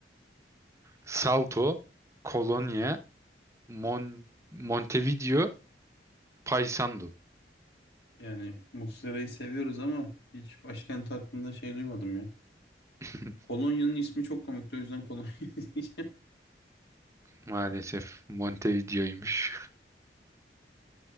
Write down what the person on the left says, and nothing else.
Yani Muslera'yı seviyoruz ama hiç başkent hakkında şey duymadım ya.
Kolonya'nın ismi çok komikti o yüzden Kolonya <laughs> diyeceğim.